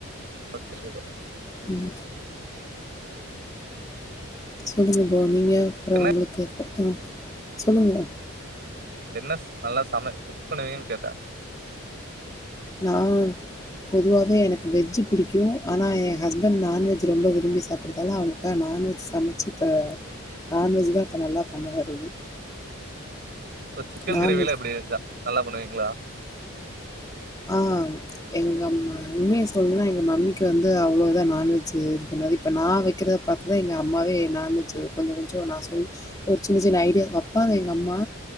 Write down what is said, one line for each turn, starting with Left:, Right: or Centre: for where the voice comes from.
Right: ஓகே சூப்பர்
Left: ம் சொல்லுங்க ப்ரோ நீங்க அப்றோ
Right: என்ன
Left: உங்களுக்கு ம் சொல்லுங்க
Right: என்னஸ் நல்லா சம குக் பண்ணுவீங்கன் கேட்ட
Left: நா வந்து பொதுவாவே எனக்கு வெஜ் பிடிக்கு ஆனா என் ஹஸ்பண்டு நான்வெஜு ரொம்ப விரும்பி சாப்புடுதால அவ்ங்ளுக் கா நான்வெஜ் சமச்சு இப்ப நான்வெஜுதா இப்ப நல்லா பண்ண வருது
Right: சிக்கன்
Left: நான்வெஜ்
Right: கிரேவிலா எப்டி எல்லா நல்லா பண்ணுவீங்ளா
Left: ஆ எங்க அம்மா உண்மைய சொல்ணுனா எங்க மம்மிக்கு வந்து அவ்ளோ இதா நான்வெஜு இது பண்ணாது இப்ப நான் வைக்கிறத பாத்துதா எங்க அம்மாவே நான் வெஜ்ஜு கொஞ்சோ கொஞ்சோ நான் சொல் ஒரு சின்ன சின்ன ஐடியா வப்பாங்க எங்க அம்மா